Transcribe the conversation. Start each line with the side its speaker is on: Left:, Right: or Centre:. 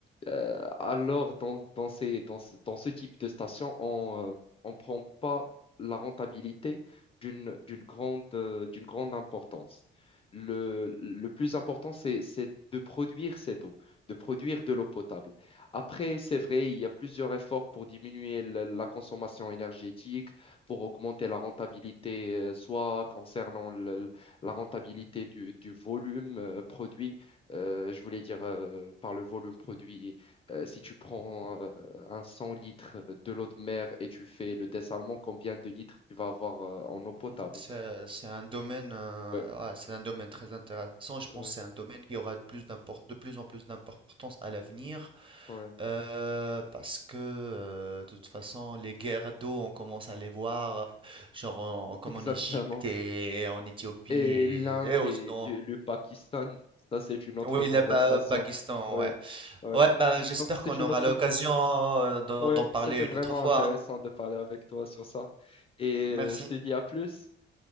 Left: Euh, alors, dans, dans ces, dans ce, dans ce type de station, on ne prend pas la rentabilité d'une, d'une grande, euh, d'une grande importance. Le, le plus important, c'est, c'est de produire cette eau, de produire de l'eau potable. Après, c'est vrai, il y a plusieurs efforts pour diminuer la, la consommation énergétique, pour augmenter la rentabilité, euh, soit concernant le- la rentabilité du, du volume euh, produit, euh, je voulais dire euh, par le volume produit euh, si tu prends euh, un 100 litres de l'eau de mer et tu fais le dessalement, combien de litres tu vas avoir euh, en eau potable?
Right: mm, c'est c'est un domaine, euh,
Left: Ouais,
Right: ah, c'est un domaine très intéressant. Je pense
Left: ouais,
Right: que c'est un domaine qui aura de plus d'impor- de plus en plus d'importance à l'avenir
Left: ouais,
Right: euh, parce que euh, de toute façon les guerres d'eau, on commence à les voir, genre en- comme
Left: exactement.
Right: en Égypte et en Éthiopie
Left: Et
Right: et,
Left: l'Inde
Right: et au
Left: et
Right: Soudan.
Left: du- le Pakistan, ça c'est une autre
Right: Oui,
Left: conversation.
Right: le Pa- Pakistan,
Left: Ouais,
Right: ouais.
Left: ouais.
Right: Ouais, bah j'espère
Left: Donc c'est
Right: qu'on
Left: une
Right: aura
Left: autre.
Right: l'occasion euh, d'en
Left: Ouais,
Right: d'en parler
Left: c'était vraiment
Right: une autre fois.
Left: intéressant
Right: hein.
Left: de parler avec toi sur ça. Et euh,
Right: Merci,
Left: je te dis à plus.